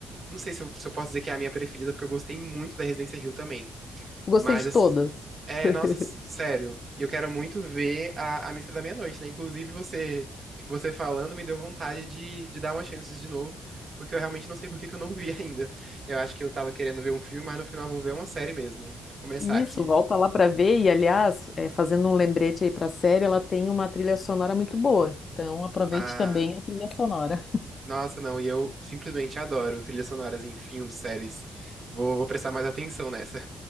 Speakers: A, on the right (about 45°); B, on the left (about 40°).
A: Não sei se eu, se eu posso dizer que é a minha preferida, porque eu gostei muito da Residência Rio também.
B: Gostei
A: Mas,
B: de
A: ass-
B: todas.
A: é,
B: <laughs>
A: nossa, s- sério. E eu quero muito ver a, a Missa da Meia-Noite, né? Inclusive, você você falando me deu vontade de, de dar uma chance de novo, porque eu realmente não sei por que que eu não vi <laughs> ainda. Eu acho que eu tava querendo ver um filme, mas no final eu vou ver uma série mesmo. Começar
B: Isso,
A: aqui.
B: volta lá para ver. E, aliás, é, fazendo um lembrete aí para a série, ela tem uma trilha sonora muito boa. Então, aproveite
A: Ah,
B: também a trilha sonora.
A: nossa, não, e eu simplesmente adoro trilhas sonoras em filmes, séries. Vou, vou prestar mais atenção nessa.